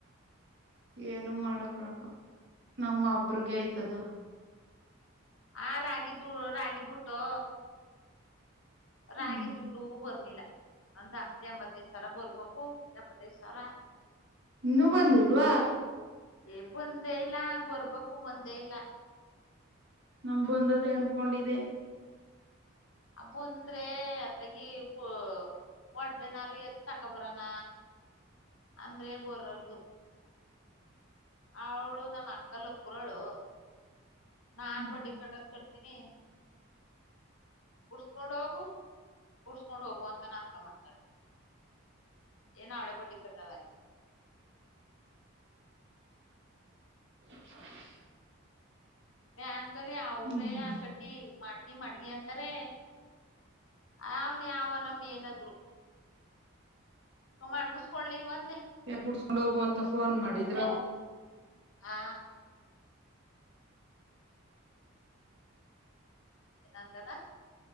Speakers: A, on the right; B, on the left.
A: ಏನು ಮಾಡಕ್ಕಾಗಲ್ಲ ನಮ್ಮ ಬೇಗ ಇದ್ದದು
B: ಹಾ ರಾಗಿದು ರಾಗಿ ಬುಟ್ಟು ರಾಗಿ
A: ಹ್ಮ್
B: ದುಡ್ಡು ಬರ್ನಿಲ್ಲ ಒಂದ್ ಅಗ್ತ ಎಂಬತ್ತೈದ್ ಸಾವರ ಬರ್ಬೇಕು ಎಪ್ಪತ್ತೈದ್ ಸಾವಿರ
A: ಇನ್ನುೂ ಒಂದರುವ
B: ಏ ಬಂದೇ ಇಲ್ಲ ಬರ್ಬೇಕು ಬಂದೇ ಇಲ್ಲ
A: ನಮ ಬಂದದೇ ಅನ್ಕೊಂಡಿದೆೆ
B: ಅಬ್ಬು ಅಂದ್ರೆ ಅದಾಗಿಬ ಒಡ್ಬೇನಾರು ಎದ ತಕೊಬರಾನ ಅಂದ್ರೆ ಬರಲ್ದು ಅವಳು ನಮ್ಮ ಅಕ್ಕಲ್ಲ ಪುರಳು ನಾನ್
A: ಹ್ಮ್
B: ಬಡ್ಡಿ ಕಟ್ಟಕ್ ಕಡ್ತೀನಿ. ಬುಡ್ಸ್ಕೋಂಡ್ ಹೋಗು ಬುಡಸ್ಕೊಂಡ ಹೋಗು ಅಂತಾ ನಾಟ್ಕಾ ಮಾಡ್ತಾರೆ. ಏನೂ ಹಳೆ ಬಡ್ಡಿ ಕಟ್ಟಲ್ಲಾ.
A: <unintelligible>
B: ಬ್ಯಾಂಕಲ್ಲಿ ಅವ್ರೆಯಾ
A: ಹ್ಮ್
B: ಕಟ್ಟಿ. ಮಾಡ್ಗಿ ಮಾಡ್ಗಿ ಅಂತಾರೆ ಅವನ್ ಯಾವನೋ ಮೇನಾದ್ರು. ಮಡಗಿಸಸ್ಕೊಳಿಲ್ವ.
A: ಯಾಕ್ ಬುಡ್ಸ್ಕೊಂಡ್ ಹೋಗು ಅಂತಾ ಫೋನ್ ಮಾಡಿದ್ರ.
B: ಆ. ಏನಂದೆಲಾ.